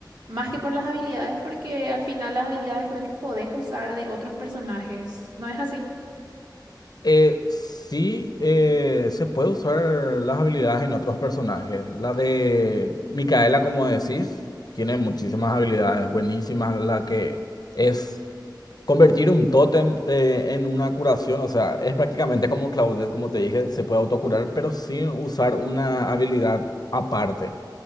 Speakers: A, on the right (about 60°); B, on the left (about 55°).
A: más que por las habilidades, porque al final las habilidades creo que podés usar de otros personajes, ¿no es así?
B: Eh, sí, eh, se puede usar las habilidades en otros personajes. La de Micaela, como decís, tiene muchísimas habilidades buenísimas. La que es convertir un tótem eh, en una curación. O sea, es prácticamente como Claudette, como te dije, se puede autocurar, pero sin usar una habilidad aparte.